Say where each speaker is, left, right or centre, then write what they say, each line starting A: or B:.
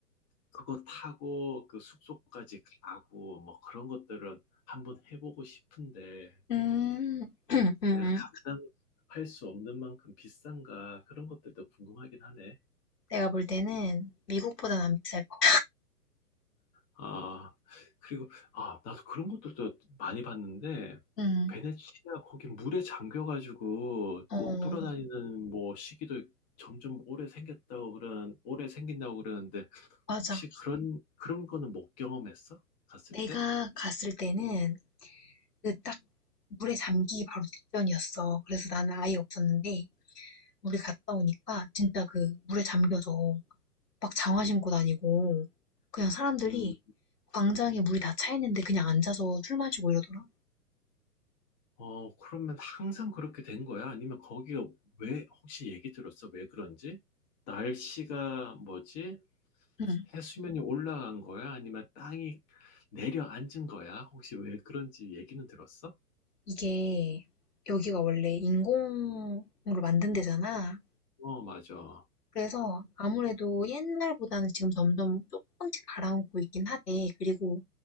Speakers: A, on the left; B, on the left.
A: 그거 타고 그 숙소까지 가고 뭐 그런 것들은 한번 해보고 싶은데
B: 음. 음음.
A: 내가 감당할
B: <clears throat>
A: 수 없는 만큼 비싼가? 그런 것들도 궁금하긴 하네.
B: 내가 볼 때는 미국보단 안 비쌀 거야.
A: 아, 그리고, 아, 나도 그런 것들도 많이 봤는데,
B: 음.
A: 베네치아 거기 물에 잠겨가지고
B: 어.
A: 못 돌아다니는 뭐 시기도 점점 오래 생겼다고 그런 오래 생긴다고 그러는데,
B: 맞아.
A: 혹시 그런, 그런 거는 못 경험했어? 갔을
B: 내가
A: 때?
B: 갔을 때는 그 딱 물에 잠기기 바로 직전이었어. 그래서 나는 아예 없었는데 우리 갔다 오니까 진짜 그 물에 잠겨서 막 장화 신고 다니고 그냥 사람들이
A: 음,
B: 광장에 물이 다 차 있는데 그냥 앉아서 술 마시고 이러더라.
A: 어, 그러면 항상 그렇게 된 거야? 아니면 거기가 왜, 혹시 얘기 들었어? 왜 그런지? 날씨가 뭐지?
B: 응.
A: 해수면이 올라간 거야? 아니면 땅이 내려앉은 거야? 혹시 왜 그런지 얘기는 들었어?
B: 이게 여기가 원래 인공으로 만든 데잖아.
A: 어, 맞아.
B: 그래서 아무래도 옛날보다는 지금 점점 조금씩 가라앉고 있긴 하대. 그리고